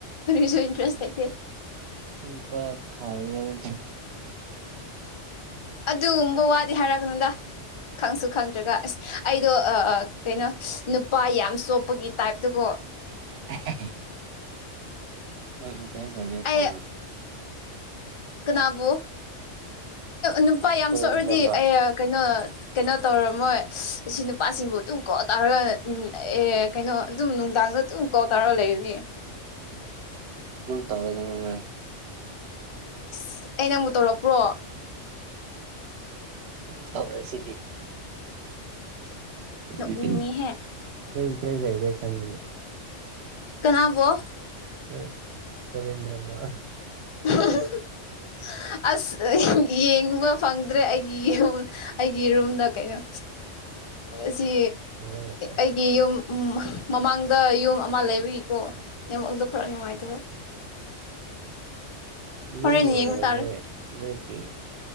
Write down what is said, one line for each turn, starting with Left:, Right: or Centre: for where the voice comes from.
Left: ꯁꯨ ꯏꯟꯇꯔꯦꯁ ꯍꯥꯏ
Right: ꯅꯨꯄꯥ ꯈꯥꯏꯅꯤ ꯑꯅꯤ
Left: ꯑꯗꯨꯒꯨꯝꯕ ꯋꯥꯗꯤ ꯍꯥꯏꯔꯛꯒꯅꯗ ꯈꯪꯁꯨ ꯈꯪꯗ꯭ꯔꯒ ꯑꯁ ꯑꯩꯗꯣ ꯀꯩꯅꯣ ꯅꯨꯄꯥ ꯌꯥꯝ ꯆꯣꯞꯄꯒꯤ ꯇꯥꯏꯞꯇꯀꯣ
Right: <inaudible> ꯎꯝ ꯇꯗ
Left: ꯑꯩ
Right: ꯈꯔ
Left: ꯀꯅꯥꯕꯨ ꯅꯨꯄꯥ ꯌꯥꯝ
Right: ꯀꯣꯔꯤꯌꯟ
Left: ꯁꯣꯛꯎꯔꯗꯤ
Right: ꯗ꯭ꯔꯃꯥ
Left: ꯑꯦ ꯀꯩꯅꯣ ꯀꯩꯅꯣ ꯇꯧꯔꯝꯃꯣꯏ ꯑꯁꯤ ꯅꯨꯄꯥꯁꯤꯡꯕꯨ ꯇꯨꯡ ꯀꯣ ꯇꯥꯔꯒ ꯑꯦ ꯀꯩꯅꯣ ꯑꯗꯨꯝ ꯅꯨꯡꯗꯥꯡꯗ ꯑꯗꯨꯝ ꯀꯣꯜ ꯇꯧꯔꯒ ꯂꯩꯔꯅꯤ
Right: ꯇꯋ ꯑꯗꯨ
Left: ꯑꯁ ꯑꯩ ꯅꯪꯕꯨꯛ ꯇꯧꯔꯛꯄ꯭ꯔꯣ
Right: ꯊꯔ ꯁꯤ
Left: ꯅꯣꯛꯅꯤꯡꯉꯤꯍꯦ
Right: <unintelligible> ꯅ ꯏꯗ ꯈꯪꯉ
Left: ꯀꯅꯥꯕꯣ
Right: ꯎꯝ ꯀꯔꯗ꯭ꯔꯃ
Left: <unintelligible>
Right: <unintelligible>
Left: ꯑꯁ ꯌꯦꯡꯕ ꯐꯪꯗ꯭ꯔꯦ ꯑꯩꯒꯤ ꯌꯨꯝ ꯑꯩꯒꯤ ꯔꯨꯝꯗ ꯀꯩꯅꯣ
Right: <unintelligible>
Left: ꯑꯁꯤ
Right: ꯅꯦꯠꯋꯥꯛ ꯂꯩꯇꯦ
Left: ꯑꯩꯒꯤ ꯌꯨꯝ ꯎ ꯃꯃꯥꯡꯗ ꯌꯨꯝ ꯑꯃ ꯂꯩꯕꯒꯤꯀꯣ ꯅꯦꯝꯃꯛꯗꯣ ꯈꯔ ꯅꯨꯡꯉꯥꯏꯇꯕ ꯍꯣꯔꯦꯟ
Right: ꯌꯨꯝꯗ ꯑꯣꯏꯔꯝꯃꯣꯏ
Left: ꯌꯦꯡꯕ ꯇꯥꯔꯦ
Right: ꯅꯣꯏꯒꯤ